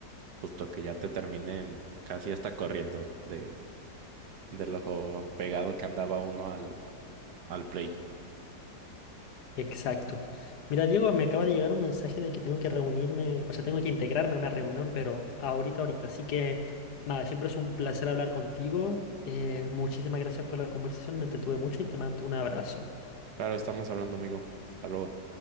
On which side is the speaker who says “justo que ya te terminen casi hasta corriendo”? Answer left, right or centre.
Right